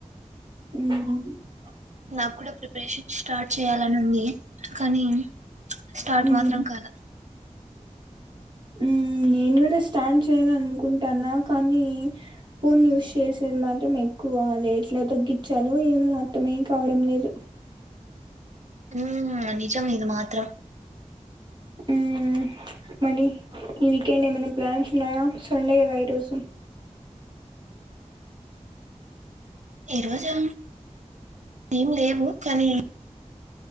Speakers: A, on the right (about 40°); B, on the right (about 65°).
A: హ్మ్
B: నాకు కూడా ప్రిపరేషన్ స్టార్ట్ చేయాలని ఉంది కానీ స్టార్ట్
A: ఉమ్
B: మాత్రం కాల
A: హ్మ్ నేను కూడా స్టార్ట్ చేయాల అనుకుంటాన్నా కానీ ఫోన్ యూస్ చేసేది మాత్రం ఎక్కువా ఎట్లా తగ్గిచ్చాలో ఏమో అర్థమే కావడం లేదు
B: హ్మ్ నిజం ఇది మాత్రం
A: హ్మ్ మనీ ఈ వీకెండ్ ఏమైనా ప్లాన్స్ ఉన్నాయా సండే కదా ఈరోజు
B: ఈ రోజా ఏం లేవు కానీ